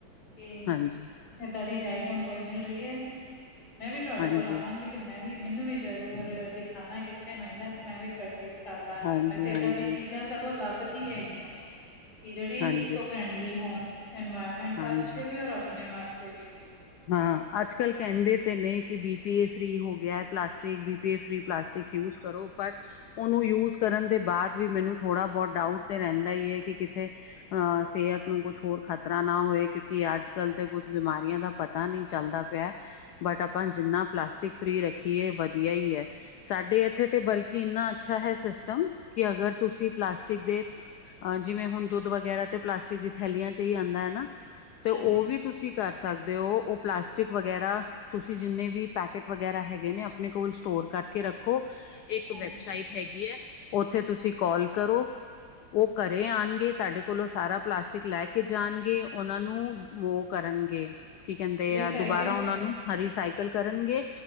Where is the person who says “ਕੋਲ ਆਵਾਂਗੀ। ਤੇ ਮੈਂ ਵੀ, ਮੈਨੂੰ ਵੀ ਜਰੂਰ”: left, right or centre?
Left